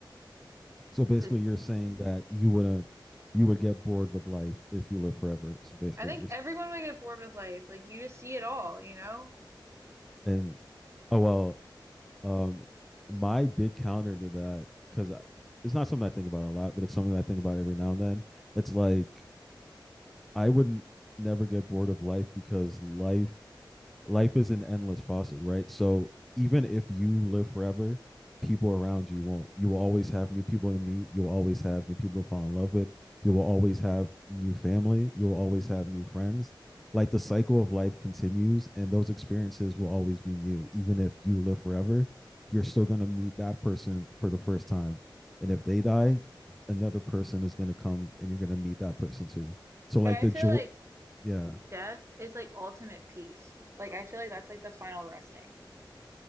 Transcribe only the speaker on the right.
because
it's
too
much.
I think
everyone would get bored with life. Like you just see it all, you know?
But I
feel
like
death is like ultimate peace. Like I feel like that's like the final resting.